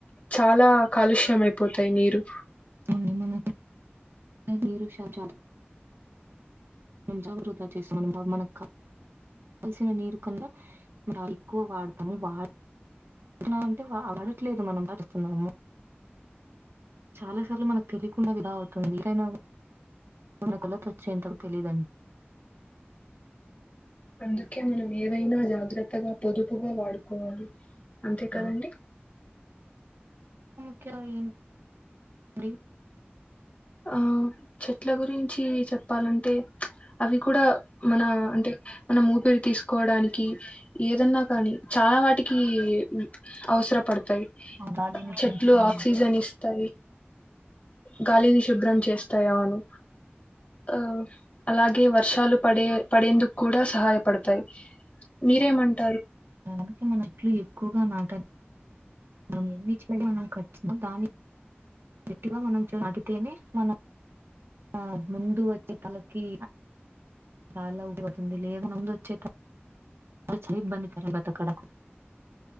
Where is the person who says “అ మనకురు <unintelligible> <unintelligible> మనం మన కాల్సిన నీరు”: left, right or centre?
Right